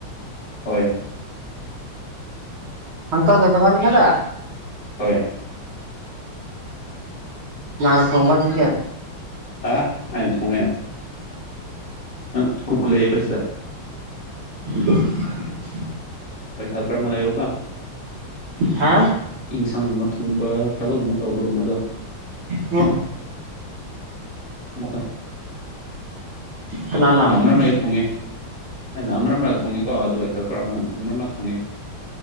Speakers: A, on the left (about 50°); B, on the right (about 75°).
A: ꯍꯣꯏ
B: ꯑꯡꯀꯜꯒ ꯅꯕꯥꯅꯤ ꯈꯛꯇ
A: ꯍꯣꯏ
B: ꯅꯥꯍꯥꯥꯟ ꯊꯣꯡꯕ ꯀꯦ
A: ꯑ ꯑꯩꯅ ꯊꯣꯡꯉꯦ <unintelligible>
B: <unintelligible>
A: <unintelligible> <unintelligible>
B: ꯍꯥ
A: ꯊꯨꯝꯕ ꯊꯕꯛꯒꯨꯝꯕ ꯇꯧꯕꯒꯨꯝꯕꯗꯣ
B: ꯎꯝ
A: <unintelligible>
B: ꯀꯅꯥꯅ
A: ꯑꯩꯅ ꯑꯃꯔꯛꯃꯗ ꯊꯣꯡꯉꯦ ꯑꯩꯅ ꯑꯃꯔꯛ ꯃꯗ ꯊꯣꯉꯦ ꯊꯣꯡꯉꯦꯀꯣ ꯑꯗꯨꯒ ꯍꯦꯜꯄꯔ ꯑꯃꯅ ꯑꯃꯨꯛ <unintelligible> ꯊꯣꯡꯉꯦ